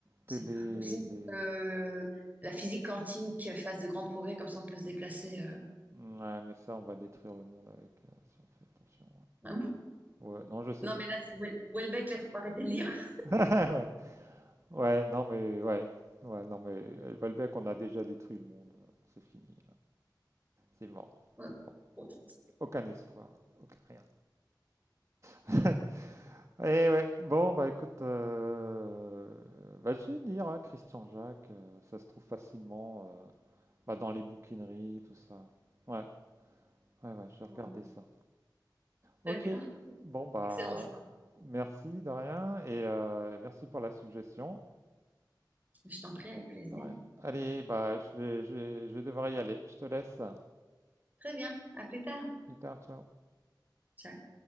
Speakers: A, on the right; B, on the right.
A: Télé,
B: Je sais pas. Aussi, euh, la physique quantique fasse de grands progrès, comme ça on peut se déplacer. euh.
A: Ouais, mais ça, on va détruire le monde avec euh, si on fait attention.
B: Ah bon
A: Ouais, Ouais, non, je sais
B: Non,
A: pas.
B: mais là, c'est Houel- Houellebecq, là, faut arrêter de lire. <laughs>
A: <laughs> Ouais. Ouais, non, mais ouais. Ouais, non, mais euh, Valbec, on a déjà détruit le monde. C'est fini. C'est mort.
B: Ouais,
A: C'est mort.
B: trop triste.
A: Aucun espoir. Aucun rien. <laughs> Eh ouais. Bon, bah écoute, euh... bah, je vais lire, hein, Christian Jacques. euh, ça se trouve facilement euh, bah, dans les bouquineries et tout ça. Ouais, ouais, ouais, j'ai regardé
B: Ouais.
A: ça. Ok,
B: Très bien.
A: bon bah
B: Excellent choix.
A: merci Darien et euh, merci pour la suggestion.
B: Je t'en prie, avec plaisir.
A: Darien. Allez, bah je vais, je vais je vais devoir y aller. Je te laisse.
B: Très bien, à plus tard.
A: Plus tard, ciao.
B: Ciao.